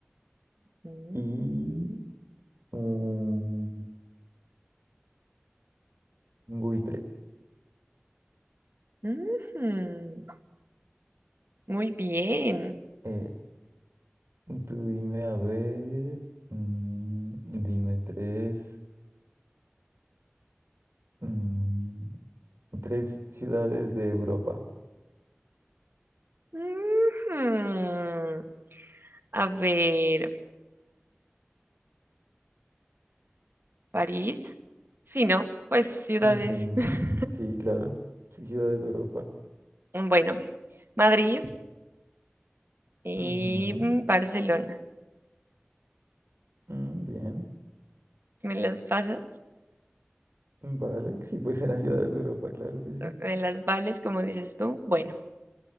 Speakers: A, on the right (about 55°); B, on the right (about 80°).
A: Mm,
B: y un buitre.
A: ujú, Muy bien.
B: Eh, tú dime, a ver, mm, dime tres, mm, tres ciudades de Europa.
A: Ujú. A ver, París. Sí, ¿no? Pues ciudades.
B: Ujú,
A: <laughs>
B: Sí, claro, sí, ciudades de Europa.
A: Bueno, Madrid y
B: Ujú,
A: mm, Barcelona.
B: mm, bien,
A: ¿Me las pasas?
B: vale, <laughs> sí, pues eran ciudades de Europa, claro que sí.
A: ¿Me las vales, como dices tú? Bueno.